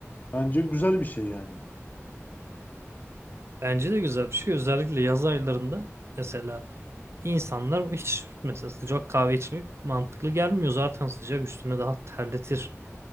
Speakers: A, on the left (about 35°); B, on the right (about 60°).
A: Bence güzel bir şey yani.
B: Bence de güzel bir şey. Özellikle yaz aylarında mesela insanlar hiç mesela sıcak kahve içmek mantıklı gelmiyor. Zaten sıcak üstüne daha terletir.